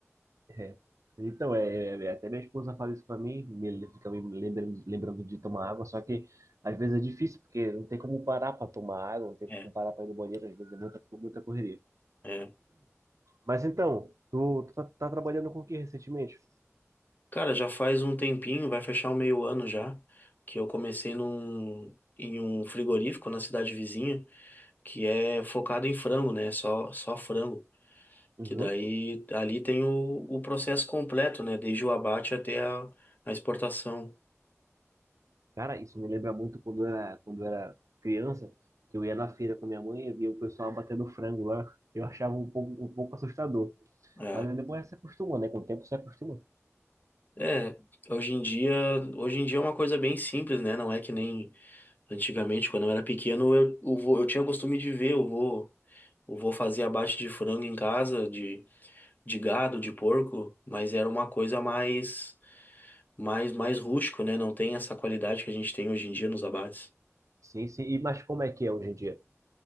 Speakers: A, on the right (about 80°); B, on the left (about 35°).
A: É. Então, é, é, até minha esposa fala isso para mim, me, fica me lembrando, lembrando de tomar água, só que às vezes é difícil, porque não tem como parar para tomar água, não tem
B: É,
A: como parar para ir no banheiro, às vezes é muita, muita correria.
B: é.
A: Mas então, tu, tu tá, tá trabalhando com o que recentemente?
B: Cara, já faz um tempinho, vai fechar um meio ano já, que eu comecei num, em um frigorífico na cidade vizinha, que é focado em frango, né? Só, só frango.
A: Uhum.
B: Que daí ali tem o, o processo completo, né? Desde o abate até a, a exportação.
A: Cara, isso me lembra muito quando eu era, quando eu era criança, que eu ia na feira com a minha mãe e via o pessoal batendo frango lá. Eu achava um pouco, um pouco assustador.
B: É,
A: Mas aí depois se acostuma, né? Com o tempo se acostuma.
B: é, hoje em dia, hoje em dia é uma coisa bem simples, né? Não é que nem antigamente, quando eu era pequeno, eu, eu, vô- eu tinha costume de ver, eu vou, eu vou fazer abate de frango em casa, de gado, de porco, mas era uma coisa mais, mais, mais rústico, né? Não tem essa qualidade que a gente tem hoje em dia nos abates.
A: Sim, sim. E mas como é que é hoje em dia?